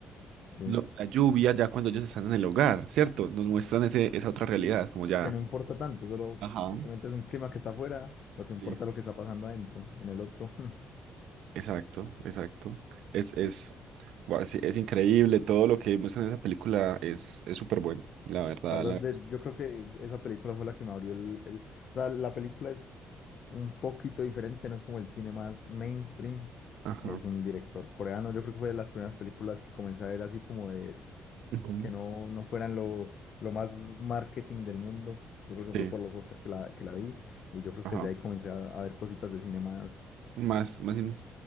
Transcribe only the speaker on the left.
sí.
Que no importa tanto, solo
simplemente es un clima que está afuera, lo que importa
es lo que está pasando adentro, en el otro. <laughs>
La verdad,
de- yo creo que esa película fue la que me abrió el, el- O sea, la película es un poquito diferente, no es como el cine más mainstream.
Es un director coreano, yo creo que fue de las primeras películas que comencé a ver así como de
que no, no fueran lo, lo más marketing del mundo. Yo creo que
fue por los Oscars que la, que la vi y yo creo
que desde ahí comencé a, a ver cositas de cine más,